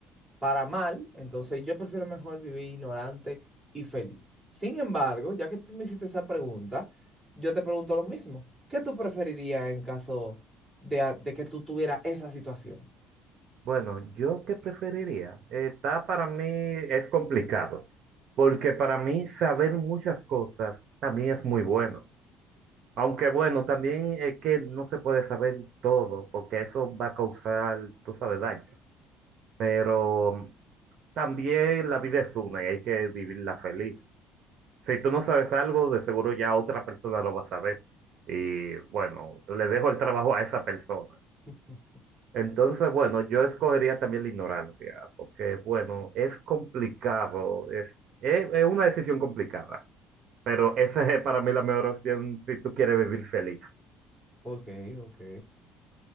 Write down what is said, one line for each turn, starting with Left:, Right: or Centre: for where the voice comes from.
Centre: para mal, entonces yo prefiero mejor vivir ignorante y feliz. Sin embargo, ya que tú me hiciste esa pregunta, yo te pregunto lo mismo. ¿Qué tú preferirías en caso de, a- de que tú tuvieras esa situación?
Right: Bueno, yo qué preferiría. Eh, Está para mí es complicado, porque para mí saber muchas cosas también es muy bueno. Aunque bueno, también es que no se puede saber todo, porque eso va a causar, tú sabes, daño. Pero mm, también la vida es una y hay que vivirla feliz. Si tú no sabes algo, de seguro ya otra persona lo va a saber. Y bueno, le dejo el trabajo a esa persona.
Centre: <laughs>
Right: Entonces, bueno, yo escogería también la ignorancia, porque, bueno, es complicado, es, es, es una decisión complicada, pero esa es para mí la mejor opción si tú quieres vivir feliz.
Centre: Ok, ok.